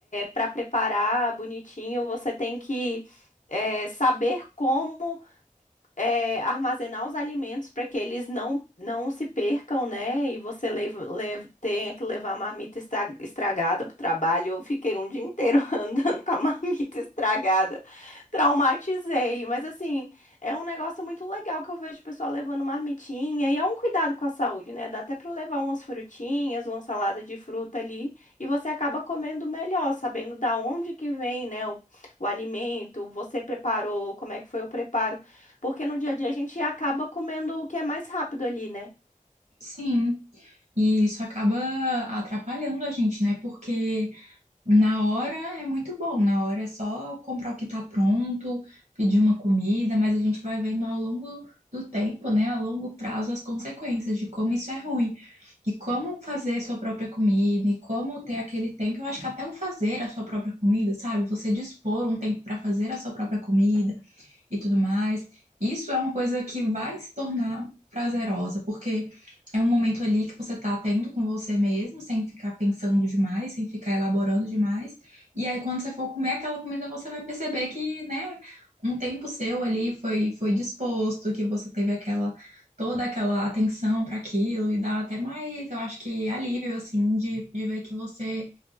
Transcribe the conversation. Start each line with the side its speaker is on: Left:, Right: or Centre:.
Left: para preparar bonitinho, você tem que, eh, saber como é, armazenar os alimentos para que eles não, não se percam, né? E você leva, lev- tenha que levar a marmita estra- estragada para o trabalho. Eu fiquei um dia inteiro <laughs> andando com a marmita estragada. Traumatizei. Mas, assim, é um negócio muito legal que eu vejo o pessoal levando marmitinha. E é um cuidado com a saúde, né? Dá até para levar umas frutinhas, uma salada de fruta ali. E você acaba comendo melhor, sabendo da onde que vem, né? O, o alimento, você preparou, como é que foi o preparo. Porque no dia a dia a gente acaba comendo o que é mais rápido ali, né?
Right: Sim, e isso acaba atrapalhando a gente, né? Porque. Na hora é muito bom, na hora é só comprar o que está pronto, pedir uma comida, mas a gente vai vendo ao longo do tempo, né, a longo prazo, as consequências de como isso é ruim. E como fazer sua própria comida, e como ter aquele tempo, eu acho que até o fazer a sua própria comida, sabe? Você dispor um tempo para fazer a sua própria comida, e tudo mais. Isso é uma coisa que vai se tornar prazerosa, porque é um momento ali que você tá tendo com você mesmo, sem ficar pensando demais, sem ficar elaborando demais. E aí, quando você for comer aquela comida, você vai perceber que, né, um tempo seu ali foi, foi disposto, que você teve aquela. Toda aquela atenção para aquilo e dá até mais, eu acho que alívio, assim, de, de ver que você